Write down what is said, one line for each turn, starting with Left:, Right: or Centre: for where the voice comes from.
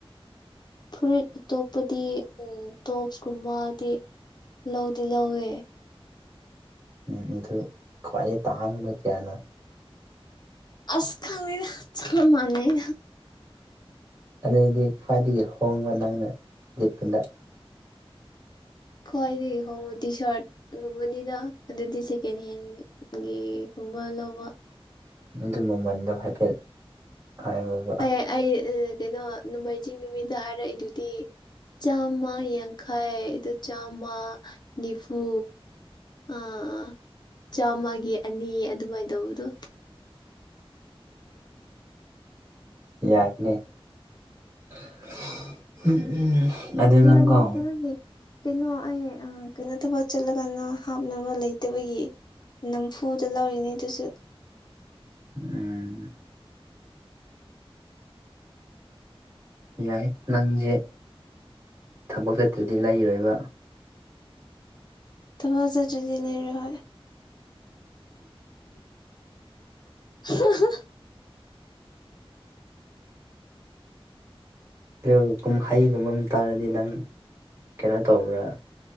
Left: ꯐꯨꯔꯤꯠ ꯑꯇꯣꯞꯄꯗꯤ ꯎꯝ ꯇꯣꯞꯁꯀꯨꯝꯕꯗꯤ ꯂꯧꯗꯤ ꯂꯧꯋꯦ
Right: ꯎꯝ ꯑꯗꯨ ꯈꯋꯥꯏꯗꯩ ꯇꯥꯡꯕ ꯀꯌꯥꯅꯣ
Left: ꯑꯁ ꯈꯪꯗꯦꯗ ꯆꯞ ꯃꯥꯟꯅꯩꯗ
Right: ꯑꯗꯩꯗꯤ ꯈ꯭ꯋꯥꯏꯗꯒꯤ ꯍꯣꯡꯕ ꯅꯪꯅ ꯂꯤꯠꯄꯗ
Left: ꯈꯋꯥꯏꯗꯒꯤ ꯍꯣꯡꯕꯗꯤ ꯇꯤ ꯁꯔꯠꯒꯨꯝꯕꯅꯤꯅ ꯑꯗꯨꯗꯤ ꯁꯦꯀꯦꯟ ꯍꯦꯟꯒꯤ ꯒꯤ ꯒꯨꯝ ꯂꯧꯕ
Right: ꯑꯗꯨ ꯃꯃꯟꯗꯣ ꯍꯥꯏꯐꯦꯠ ꯍꯥꯏꯌꯣꯕ
Left: ꯑꯩ ꯑꯩ ꯑ ꯀꯩꯅꯣ ꯅꯣꯡꯃꯥꯏꯖꯤꯡ ꯅꯨꯃꯤꯠꯗ ꯍꯥꯏꯔꯛꯏꯗꯨꯗꯤ ꯆꯥꯝꯃ ꯌꯥꯡꯈꯩ ꯑꯗꯨ ꯆꯥꯝꯃ ꯅꯤꯐꯨ ꯑ ꯑ ꯆꯥꯝꯃꯒꯤ ꯑꯅꯤ ꯑꯗꯨꯃꯥꯏꯅ ꯇꯧꯕꯗꯣ
Right: ꯌꯥꯏꯅꯦ <inaudible> ꯅꯪꯀꯣ
Left: ꯂꯪ ꯄꯤꯔꯝꯃꯦ ꯀꯩꯅꯣ ꯑꯩ ꯑ ꯀꯩꯅꯣ ꯇꯧꯕ ꯆꯠꯂꯒꯅ ꯍꯥꯞꯅꯕ ꯂꯩꯇꯕꯒꯤ ꯅꯝꯐꯨꯗ ꯂꯧꯔꯤꯅꯦ ꯑꯗꯨꯁꯨ
Right: ꯎꯝ ꯌꯥꯏ ꯅꯪꯁꯦ ꯊꯕꯛ ꯆꯠꯇ꯭ꯔꯗꯤ ꯂꯩꯔꯣꯏꯕ
Left: ꯊꯕꯛ ꯆꯠꯇ꯭ꯔꯗꯤ ꯂꯩꯔꯣꯏ <inaudible>
Right: ꯀꯩꯒꯨꯝ ꯀꯨꯝꯍꯩ ꯍꯨꯝꯕ ꯑꯃ ꯇꯥꯔꯗꯤ ꯅꯪ ꯀꯩꯅꯣ ꯇꯧꯕ꯭ꯔꯥ